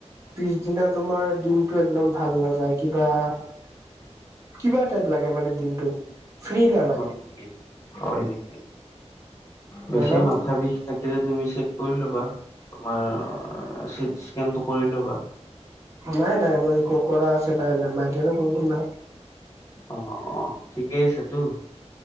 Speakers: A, on the right; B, on the left.
A: পিছদিনা তোমাৰ দিনটো একদম ভাল নাযায় কিবা- কিবা টাইপ লাগে মানে দিনটো! ফ্ৰী নালাগে
B: হয় নেকি? হয় নেকি? বেছি
A: হয় ন
B: মাথাৰ বিষ- থাকিলে তুমি চেক কৰি ল'বা, তোমাৰ চিটি স্কেনটো কৰি ল'বা।
A: নাই -নাই মই ক কৰা আছে, নাই- নাই মাইগ্ৰেইনৰ প্ৰব্লেম নাই।
B: অঁ, অঁ ঠিকেই আছে তো।